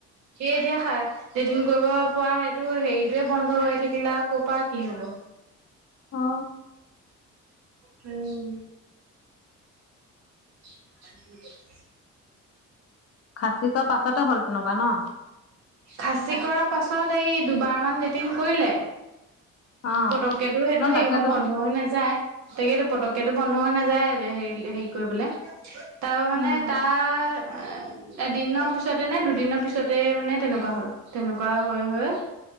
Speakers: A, on the right (about 60°); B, on the left (about 50°).
A: সি এতিয়া খাই লেটিন কৰিব পৰা সেইটো হেৰি টোৱে বন্ধ হৈ থাকিলে আও ক'পা কি হব।
B: অ
A: উম। <inaudible>
B: খাচি কৰা পাছতে হ'ল তেনেকুৱা ন?
A: খাচী কৰা পাছত এই দুবাৰমান লেটিন কৰিলে।
B: অ
A: পতককেটো সেইটো
B: ন
A: হেৰি
B: তাকেতো
A: হয় বন্ধ হৈ নাযায়। তাকেতো পতককেটো বন্ধ হৈ নাযায় হেৰি হেৰি কৰিবলে। তাৰ মানে
B: উম
A: তাৰ এ এদিনৰ পিছতে নে দুদিনৰ পিছতে মানে তেনেকুৱা হ'ল। তেনেকুৱা হৈ হৈ